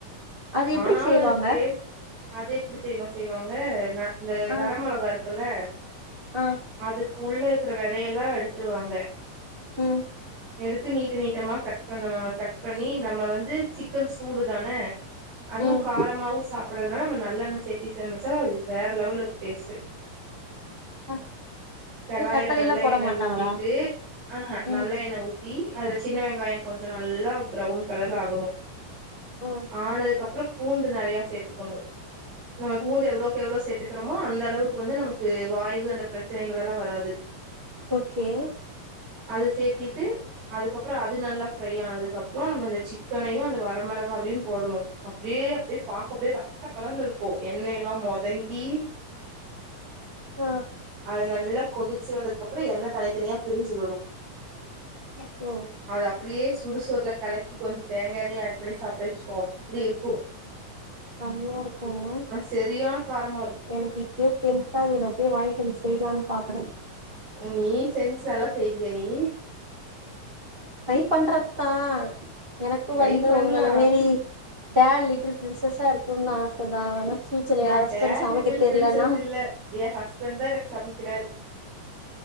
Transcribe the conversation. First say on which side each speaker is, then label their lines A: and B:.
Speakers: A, on the right; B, on the right.
A: அது
B: ஆனாலு
A: எப்டி செய்வாங்க
B: அது டேஸ்ட் அது எப்டித் தெரியுமா செய்வாங்க ந இந்த
A: ஆ
B: வர மொளகா இருக்குல்ல
A: ஆ
B: அதுக்குள்ள இருக்கிற வெதையெல்லா எடுத்துருவாங்க
A: ம்
B: எடுத்து நீட்டு நீட்டமா கட் பண்ணுவாங்க கட் பண்ணி நம்ம வந்து சிக்கன் சூடு தான
A: ம்
B: அதுவும் காரமாவும் சாப்புட்றதுனால நம்ம நல்லெண்ணய சேர்த்தி சமைச்சா வேற லெவல்ல இருக்கும் டேஸ்ட்
A: அ
B: கடாயில
A: தக்காளி
B: நல்ல
A: எல்லா போட
B: எண்ணெ
A: மாட்டாங்களா
B: ஊத்திட்டு ஆஹ் ஹ
A: ம்
B: நல்ல எண்ணே ஊத் தி அதுல சின்ன வெங்காய கொஞ்சோ நல்லா ப்ரௌன் கலர்ல ஆகணும்
A: ஓ
B: ஆனதுக்கப்பற பூண்டு நெறையா சேர்த்துக்கணும் நம்ம பூண்டு
A: ம்
B: எவ்ளோக்கெவ்ளோ சேர்த்துக் க்கிறமோ அந்த அளவுக்கு வந்து நமக்கு வாய்வு அந்த பிரச்சனைகள் எல்லா வராது
A: ஓகே
B: அது சேர்த்திட்டு அதுக்கப்பற அது நல்லா ஃப்ரை ஆனதுக் கப்பற நம்ம இந்த சிக்கனையு அந்த வர மொளகாவையு போடணு அப்டியே அப்டியே பார்க்க அப்டியே ரத்த கலர்ல இருக்கும் எண்ணெய் எல்லா மொதங்கி
A: அ
B: அது நல்லா கொதிச்சி வந்ததுக்கப்றோ எண்ணெ தனித்தனியா பிரிஞ்சி வரு
A: ஓ
B: அது அப்டியே சுடு சோறுல கலக்கி கொஞ்சோ தேங்கா எண்ணெய ஆட் பண்ணி சாப்ட்டோ வச்சுப்போ அப்டி இருக்கும்
A: செம்மயா இருக்கும்
B: செரியான காரமா இருக்கு
A: எனக்கு இப் இப்பயே டெம்ட்டா இருக்குன்து நா போய் வாங்கிட்டு வந்து செய்யலான்னு பாக்குற
B: நீ செஞ்சு நல்லா செய்வியா நீ
A: ட்ரை பண்றத்தா எனக்கு
B: ட்ரை
A: வந்து
B: பண்லா
A: உங்கள மேரி டாட் லிட்டில் பிரின்சஸா இருக்கணும்னு ஆச தா ஆனா ஃப்யூச்சர்ல
B: நா
A: எய ஹஸ்பண்ட்
B: டேட்
A: சமைக்கத்
B: லிட்டில்
A: தெரிலன்னா
B: பிரின்சஸ் இல்ல <unintelligible> தா எனக்கு சமைக்கிறாரு